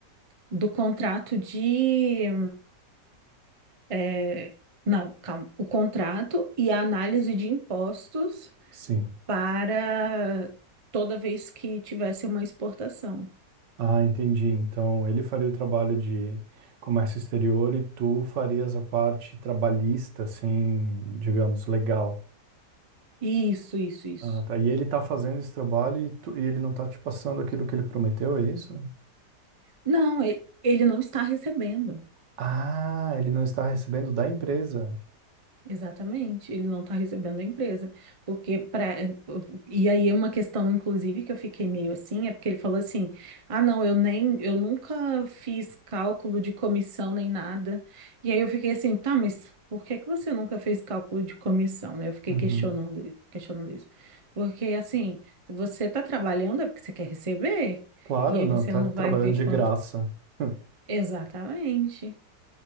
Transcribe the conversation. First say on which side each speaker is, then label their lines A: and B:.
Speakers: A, on the right; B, on the right.
A: do contrato de. É, não, calma. O contrato e a análise de impostos
B: sim.
A: para toda vez que tivesse uma exportação.
B: Ah, entendi. Então, ele faria o trabalho de comércio exterior e tu farias a parte trabalhista, assim, digamos, legal.
A: Isso, isso, isso.
B: Ah, tá. E ele tá fazendo esse trabalho e, tu- e ele não tá te passando aquilo que ele prometeu, é isso?
A: Não, e- ele não está recebendo.
B: Ah, ele não está recebendo da empresa.
A: Exatamente, ele não está recebendo a empresa, porque para e aí é uma questão inclusive que eu fiquei meio assim, é porque ele falou assim: "Ah, não, eu nem eu nunca fiz cálculo de comissão nem nada". E aí eu fiquei assim: "Tá, mas por que que você nunca fez cálculo de comissão?", né? Eu fiquei
B: Uhum.
A: questionando, questionando isso. Porque assim, se você está trabalhando é porque você quer receber,
B: Claro,
A: e aí
B: não
A: você
B: tá
A: não
B: trabalhando
A: vai ver
B: de
A: quanto
B: graça. <laughs>
A: Exatamente.